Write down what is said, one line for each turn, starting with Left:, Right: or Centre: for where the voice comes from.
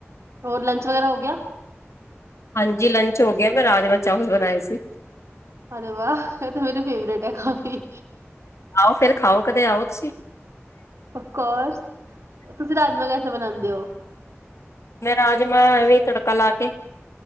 Right: ਹੋਰ ਲੰਚ ਵਗੈਰਾ ਹੋ ਗਿਆ।
Left: ਹਾਂਜੀ ਲੰਚ ਹੋ ਗਿਆ ਮੈਂ ਰਾਜਮਾ ਚਾਵਲ ਬਣਾਏ ਸੀ।
Right: ਅਰੇ ਵਾਹ ਇਹ ਤਾਂ ਮੇਰੇ ਫੇਵਰੇਟ ਹੈ ਕਾਫੀ
Left: ਆਓ ਫਿਰ ਖਾਓ ਕਦੇ ਆਓ ਤੁਸੀਂ
Right: ਆਫ ਕੋਰਸ ਤੁਸੀਂ ਰਾਜਮਾ ਕੈਸੇ ਬਣਾਉਂਦੇ ਹੋ
Left: ਮੈਂ ਰਾਜਮਾਂ ਐਵੇਂ ਤੜਕਾ ਲਾ ਕੇ